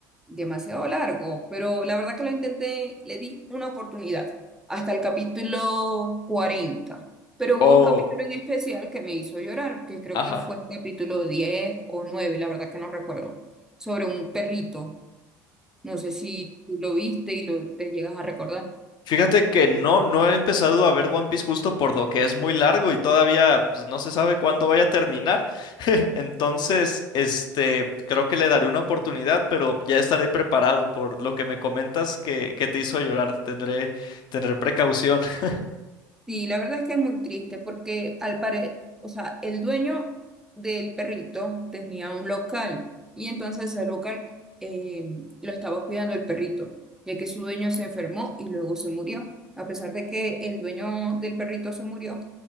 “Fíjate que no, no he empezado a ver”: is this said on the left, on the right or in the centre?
Left